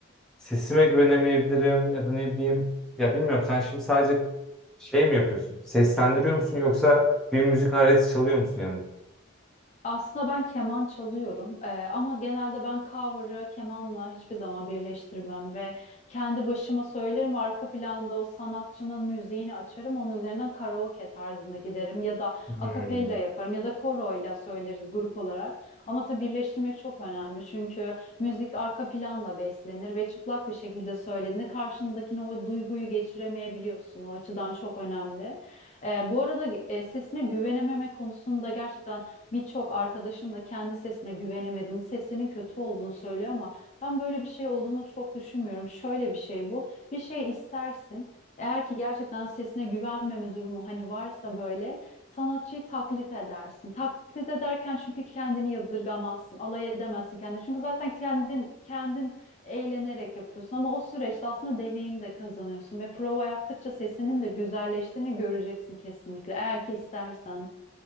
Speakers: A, in the centre; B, on the left (about 35°).
A: Sesime güvenemeyebilirim ya da ne bileyim. Ya bilmiyorum sen şimdi sadece şey mi yapıyorsun? Seslendiriyor musun yoksa bir müzik aleti çalıyor musun yanında?
B: Aslında ben keman çalıyorum Eee, ama genelde ben cover'ı kemanla hiçbir zaman birleştirmem ve kendi başıma söylerim ve arka planda o sanatçının müziğini açarım onun üzerinden karaoke tarzında giderim ya da
A: Hmm.
B: akapella yaparım ya da koroyla söyleriz grup olarak ama tabii birleştirmek çok önemli çünkü müzik arka planla beslenir ve çıplak bir şekilde söylediğinde karşındakine o duyguyu geçiremeyebiliyorsun o açıdan çok önemli. Eee, bu arada e, sesine güvenememe konusunda gerçekten Birçok arkadaşım da kendi sesine güvenemediğini, sesinin kötü olduğunu söylüyor ama ben böyle bir şey olduğunu çok düşünmüyorum. Şöyle bir şey bu. Bir şey istersin. Eğer ki gerçekten sesine güvenmeme durumu hani varsa böyle sanatçıyı taklit edersin. Taklit ederken çünkü kendini yadırgamazsın, alay edemezsin kendini. Çünkü zaten kendin kendin eğlenerek yapıyorsun ama o süreçte aslında deneyim de kazanıyorsun ve prova yaptıkça sesinin de güzelleştiğini göreceksin kesinlikle eğer ki istersen.